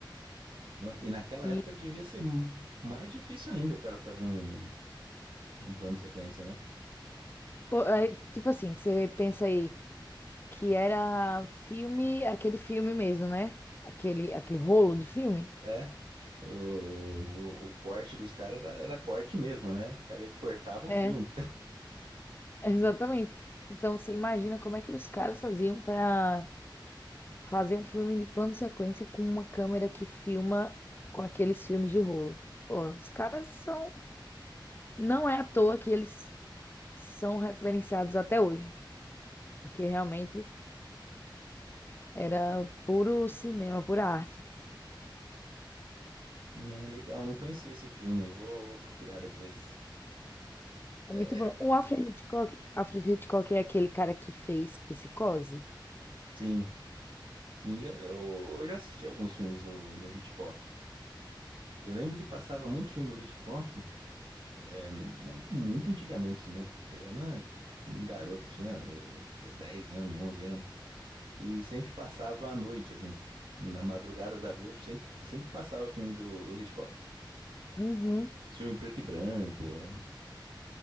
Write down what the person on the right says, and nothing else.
Nossa, E naquela
época devia ser m- mais difícil ainda o cara fazer um, um plano de sequência, né?
É, o, o, o corte dos caras era, era corte mesmo, né? O cara cortava o
filme.
Né, legal, não conhecia esse filme, vou, vou procurar depois.
É,
é,
sim, sim, eu, eu, eu já assisti alguns filmes do, do Hitchcock. Eu lembro que passava muito filme do Hitchcock, é, numa- muito antigamente, né? Eu era um garoto, tinha eh, 10 anos, 11 anos, e sempre passava à noite, assim. Na madrugada da Globo, sempre, sempre passava filme do, do Hitchcock.
Filme em preto e branco,